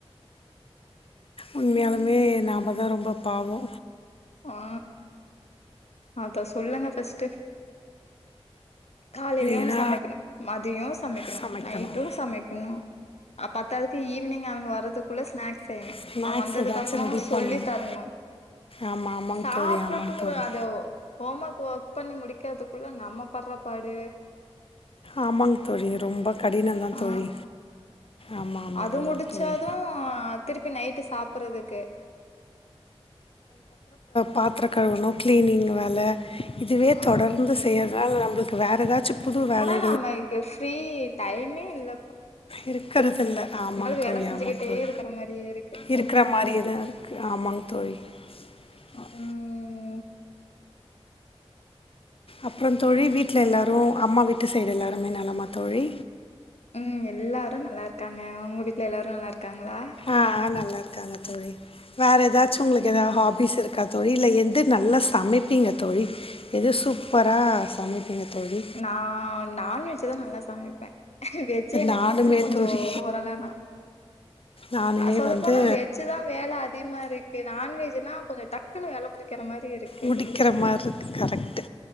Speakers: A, on the left (about 60°); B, on the left (about 80°).
A: உண்மையாலுமே
B: ம்
A: நாமதா ரொம்ப பாவொ
B: ஆ‌ அத சொல்லுங்க ஃபஸ்ட் காலையிலயு
A: ஏன்னா
B: சமைக்கணு மதியொ சமைக்கணு
A: சமைக்கணும்
B: நைட்டு சமைக்கணு அ பத்தாதுக்கு ஈவினிங் அவங்க வரது குல்ல ஸ்நாக் செய்யணு
A: ஸ்நாக்ஸ்
B: ‌அவன் வந்ததுக்கு
A: ஏதாச்சும்
B: அப்பறொ
A: ரெடி
B: சொல்லி
A: பண்ணணும்
B: தரணு
A: ஆமாம் ஆமாங்க
B: சாப்புட்டு
A: தோழி ஆமாங்க தோழி
B: அதொ ஹோம் ஒர்க் ஒர்க் பண்ணி முடி க்கறதுக்குள்ள நம்ம படுற படு
A: ஆமாங் தோழி ரொம்ப கடினந்தா
B: ஆ
A: தோழி ஆமாம் ஆமாம்
B: அது
A: ஆமாங்க
B: முடிச்சாது
A: தோழி
B: திருப்பி நைட்டு சாப்புர்றதுக்கு
A: பாத்ரொ கழுவணு க்ளீனிங் வேல இதுவே
B: ஆ
A: தொடர்ந்து செய்யற்னால நம்ப்ளுக்கு வேற ஏதாச்சு புது வேலை
B: நம்க்கு ஃப்ரீ டைமே இல்ல
A: இருக்கறதில்ல ஆமாங் தோழி
B: வேல செஞ்சுக்கிட்டே
A: ஆமாங் தோழி
B: இருக்கிற மாரியே இருக்கு
A: இருக்குறா மாரிதா இருக்கு ஆமாங் தோழி ம்
B: ம்
A: அப்றோ தோழி வீட்ல எல்லாரு அம்மா வீட்டு சைடு எல்லாருமே நலமா தோழி
B: உம் எல்லாரு நல்லா இருக்காங்க உங்க வீட்ல எல்லாரு நல்லா இரு க்காங்ளா
A: ஆ ஆ, நல்லா இருக்காங்க தோழி வேற எத் தாச்சு உங்களுக்கு
B: ம்
A: ஏதா ஹாபிஸ் இருக் கா தோழி எது நல்லா சமைப்பீங்க தோழி எது சூப்பரா சமைப்பீங்க தோழி
B: நா நான்வெஜ்ஜுதா நல்லா சமைப்பே வெஜ்ஜே எனக்கு
A: நானுமே
B: கொஞ்சொ
A: தோழி
B: ஓரளதா
A: நானுமே
B: அ சொல்லப்
A: வந்து
B: போனா வெஜ்ஜுதா வேல அதிகமா இருக் கு நான்வெஜ்ஜுனா கொஞ்சொ டக்குனு வேல முடிக்கிற மாரி இருக்கு
A: முடிக்கிற மார்ருக்கு கரெக்ட்டு